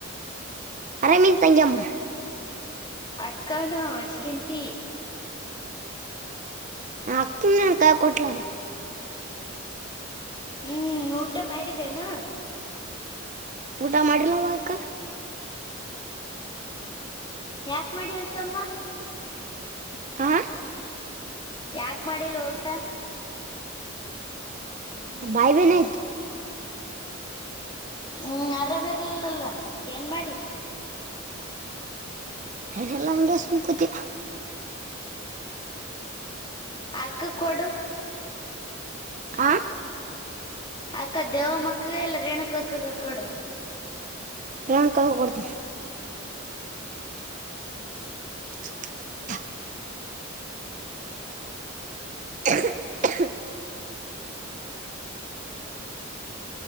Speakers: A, on the right; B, on the left.
A: ಆರಾಮಿನಿ ತಂಗ್ಯಮ್ಮಾ.
B: ಅಕ್ಕಾ ಅನು ಹೊಡ್ಸ್ಕಂತಿ.
A: ನಾ ಅಕ್ಕನಕ ಕೊಟ್ಲ
B: ಹ್ಮ್ ಊಟ ಮಾಡಿದ್ದೇನಾ
A: ಊಟ ಮಾಡಡಿಲ್ಲವಾಕ್ಕ
B: ಯಾಕ ಮಾಡಿಲ್ತಮ್ಮ
A: ಹಾ
B: ಯಾಕ ಮಾಡಿಲ್ಲ ಊಟ ನೀನತ
A: ಬಾಯ್ ಬೇನ ಆಯ್ತು
B: ಹ್ಮ್ ಆರಾಮ ಇರ್ಲಿಲ್ಲಲ್ಲ ಏನ್ ಮಾಡಿ
A: ಹಡಲ್ಲಂಗಂಗಸಕತಿ
B: ಆಕ್ಕ ಕೊಡು
A: ಆ
B: ಅಕ್ಕ ದೇವಮ್ಮಕ್ಕಗೆ ಎಲ್ಲ ರೇಣುಕ ಅಕ್ಕಕ್ಕ ಕೊೋಡ
A: ರಾಣಕಾಗ ಕೊಡತ <unintelligible> <inaudible>